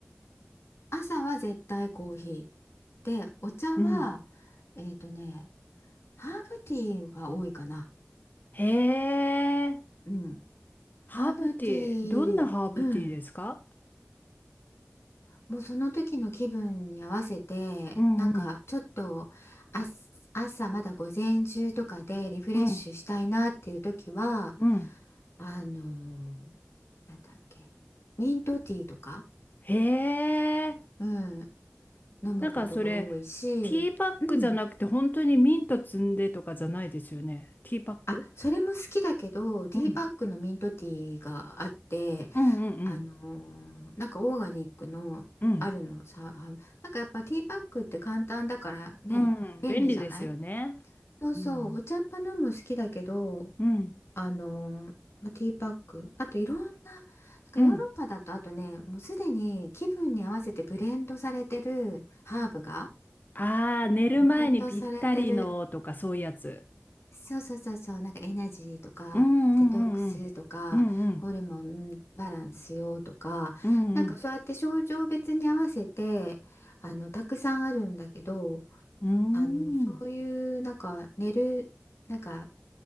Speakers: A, on the left; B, on the left.
A: 朝は絶対コーヒー。で、お茶は、
B: うん。
A: えっとね、ハーブティーが多いかな。
B: へえ、
A: うん。ハーブティー、
B: ハーブティー、どんなハーブティーですか
A: うん。もうその時の気分に合わせてなんかちょっとあ朝まだ午前中とかでリフレッシュしたいなっていう時は
B: うんうんうんうん
A: あのーなんだっけミントティーとか、
B: へえ、
A: うん、飲むことが多いし、
B: なんかそれ、ティーパックじゃなくて本当にミント摘んでとかじゃないですよね。
A: うん、
B: ティーパック
A: あそれも好きだけどティーパックのミントティーがあって
B: うん。うんうん
A: あのーなんかオーガニックのあるのさあなんかやっぱティーパックって簡単だからね便利じゃない
B: うん。うん。うん。便利ですよね。
A: そうそう、
B: うん。
A: お茶っ葉飲む好きだけど、
B: うん。
A: あの、まあ、ティーパック、あといろんな、なんかヨーロッパだと、
B: うん。
A: あとね、もうすでに気分に合わせてブレンドされてるハーブが、
B: ああー、寝る前にぴったりのとかそういうやつ。
A: ブレンドされてる、そうそうそうそう、なんかエナジーとか、
B: うんうんうんうん。
A: デトックスとか、
B: うんうん。
A: ホルモンバランス用とか、
B: うんうん。
A: なんかそうやって症状別に合わせて、あの、たくさんあるんだけど、
B: うん
A: あの、そういう、なんか寝る、なんか